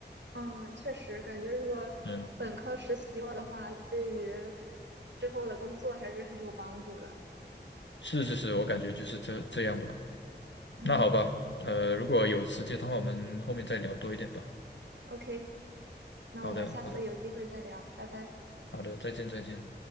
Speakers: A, on the right (about 80°); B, on the left (about 90°).
A: 嗯，确实感觉如果本科实习过的话，
B: 嗯，
A: 对于之后的工作还是很有帮助的。
B: 是是是，我感觉就是这这样吧。
A: 嗯
B: 那好吧，呃，如果有时间的话，我们后面再聊多一点吧。
A: ，OK，那我们下次有机会再聊，
B: 好的，好的。
A: 拜拜。
B: 好的，再见，再见。